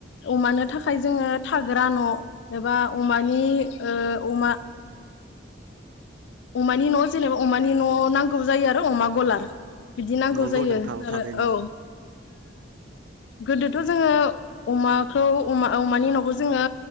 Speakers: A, on the left; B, on the right.
A: अमानो था खाय जोङो थाग्रा न' एबा अमानि ओ अमा अमा नि न' जेनो अमानि न' नां गौ जायो आरो अमा गलार बिदि नांगौ
B: नंगौ
A: जायो
B: नोंथां
A: आरो
B: थारैनो
A: औ ओ गोदोथ' जोङो अमाखौ अमा अमानि न'खौ जोङो